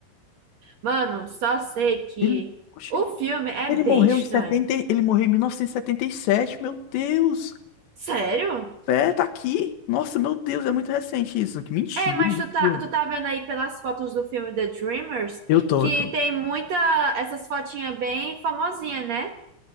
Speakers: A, on the right (about 65°); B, on the left (about 85°).
A: Mano, só sei que
B: Ele. Oxe.
A: o filme é
B: Ele
A: bem
B: morreu
A: estranho.
B: em 70. Ele morreu em mil novecentos e e setenta e sete. meu Deus!
A: Sério?
B: É, tá aqui. Nossa, meu Deus, é muito recente isso. Que mentira.
A: É, mas
B: meu
A: tu tá,
B: Deus.
A: tu tá vendo aí pelas fotos do filme The Dreamers
B: Eu tô,
A: que
B: eu tô.
A: tem muita essas fotinhas bem famosinhas, né?